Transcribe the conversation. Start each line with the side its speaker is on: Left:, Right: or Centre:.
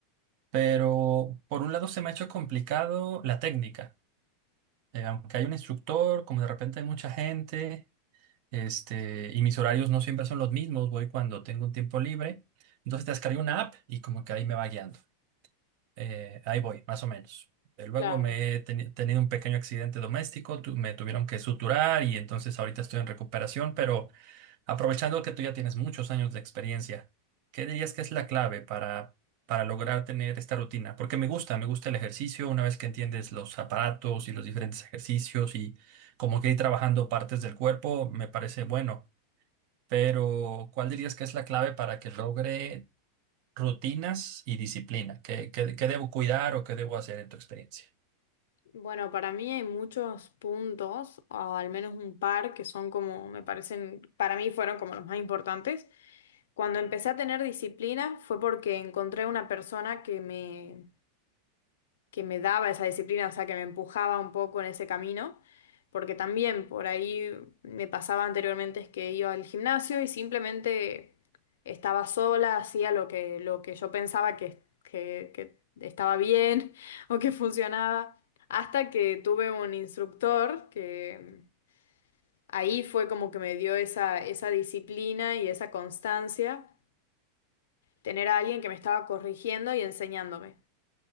Right: Pero por un lado se me ha hecho complicado la técnica. Eh, aunque hay un instructor, como de repente hay mucha gente, este, y mis horarios no siempre son los mismos, voy cuando tengo un tiempo libre. Entonces descargué una app y como que ahí me va guiando. Eh, ahí voy, más o menos. Eh, Luego
Left: Claro.
Right: me he teni- tenido un pequeño accidente doméstico, tu- me tuvieron que suturar y entonces ahorita estoy en recuperación, pero aprovechando que tú ya tienes muchos años de experiencia, ¿qué dirías que es la clave para, para lograr tener esta rutina? Porque me gusta, me gusta el ejercicio, una vez que entiendes los aparatos y los diferentes ejercicios y como que ir trabajando partes del cuerpo, me parece bueno, pero ¿cuál dirías que es la clave para que logre Rutinas y disciplina. ¿Qué, qué- qué debo cuidar o qué debo hacer en tu experiencia?
Left: Bueno, para mí hay muchos puntos, o al menos un par, que son como, me parecen, para mí fueron como los más importantes. Cuando empecé a tener disciplina fue porque encontré una persona que me, que me daba esa disciplina, o sea, que me empujaba un poco en ese camino, porque también por ahí me pasaba anteriormente es que iba al gimnasio y simplemente estaba sola, hacía lo que, lo que yo pensaba que, que, que estaba bien <laughs> o que funcionaba, hasta que tuve un instructor que ahí fue como que me dio esa, esa disciplina y esa constancia, tener a alguien que me estaba corrigiendo y enseñándome.